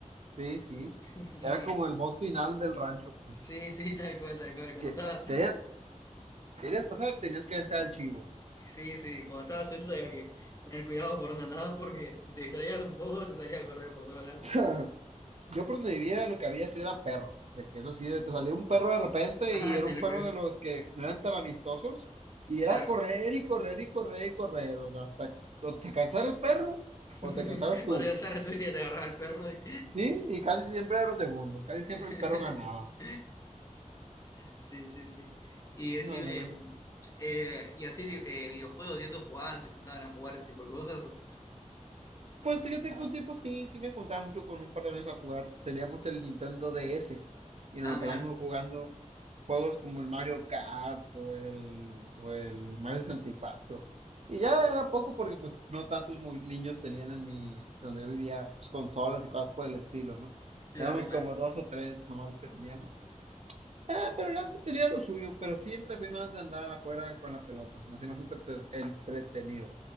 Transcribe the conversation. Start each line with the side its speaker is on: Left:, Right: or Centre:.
Right: sí, sí.
Left: <laughs>
Right: Era como el boss final del rancho, pues,
Left: Sí, sí, tal cual, tal cual. Cuando
Right: que
Left: estaba,
Right: querías, querías pasar, tenías que vencer al chivo.
Left: sí, sí, cuando estaba suelto había que tener cuidado por dónde andabas porque si te distraías un poco te salía a correr por todos lados.
Right: <laughs> Yo por donde vivía lo que había sí era perros, de que eso sí, de- te salía un perro de repente
Left: Ah,
Right: y era
Left: tener
Right: un perro
Left: cuidado.
Right: de los que no eran tan amistosos y
Left: Claro.
Right: era correr y correr y correr y correr, o sea, hasta o se cansara el perro
Left: <laughs>
Right: o te cansaras tú,
Left: Vos te cansabas la tuya y te agarraba el perro. y-
Right: ¿sí? Y casi siempre era lo segundo, casi
Left: <laughs>
Right: siempre el perro ganaba.
Left: Sí, sí, sí. Y decime,
Right: No, la verdad
Left: eh, y así eh, videojuegos y eso jugaban, se juntaban a jugar ese tipo de cosas. o?
Right: Pues fíjate que un tiempo sí, sí me juntaba mucho con un par de amigos a jugar. Teníamos el Nintendo DS y nos
Left: Ah,
Right: la
Left: mirá,
Right: pasábamos jugando juegos como el Mario Kart o el, o el Mario 64. Y cuatro. Y ya era poco porque pues no tantos mu- niños tenían en mi, donde yo vivía, pues, consolas y cosas por el estilo, ¿no?
Left: claro,
Right: Éramos
Left: claro.
Right: como dos o tres nomás los que teníamos. Ah, pero era- tenía lo suyo, pero siempre fui más de andar afuera con la pelota, se me hacía más entrete- entretenido.